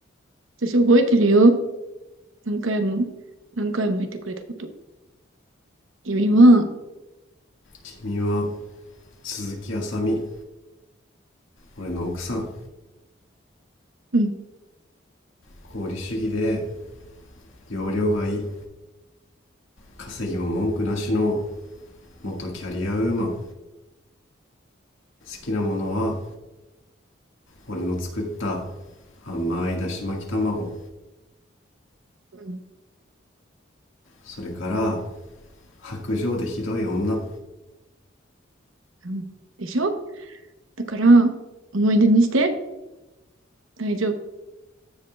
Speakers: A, on the right; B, on the left.
A: 私覚えてるよ。何回も、何回も言ってくれたこと。君は、
B: 君は鈴木あさみ俺の奥さん
A: うん、
B: 功利主義で容量がいい稼ぎも文句なしの元キャリアウーマン好きなものは俺の作った甘いだし巻き卵
A: うん、
B: それから白状でひどい女
A: うん。でしょだから、思い出にして、大丈夫。